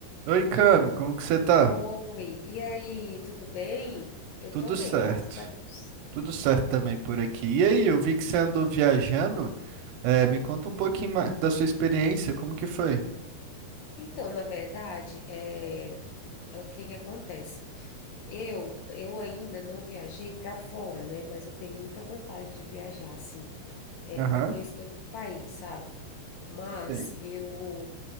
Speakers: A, on the right; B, on the left.
A: Oi, Cami, como que você tá?
B: Oi, e aí, tudo bem? Eu
A: Tudo
B: tô bem,
A: certo.
B: graças a Deus.
A: Tudo certo também por aqui. E aí, eu vi que você andou viajando. É, me conta um pouquinho
B: E-
A: mais da sua experiência, como que foi?
B: Então, na verdade, é, é o que que acontece? Eu, eu ainda não viajei para fora, né? Mas eu tenho muita vontade de viajar, assim,
A: Aham.
B: para conhecer outro país, sabe? Mas
A: Sei.
B: eu,